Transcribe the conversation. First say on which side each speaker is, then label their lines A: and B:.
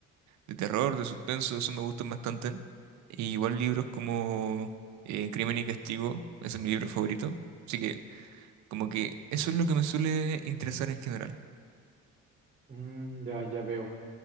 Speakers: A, on the right (about 70°); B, on the right (about 20°).
A: de terror, de suspenso, eso me gustan bastante. Y igual libros como eh, Crimen y Castigo, ese es mi libro favorito. Así que como que eso es lo que me suele interesar en general.
B: Mm, ya, ya veo.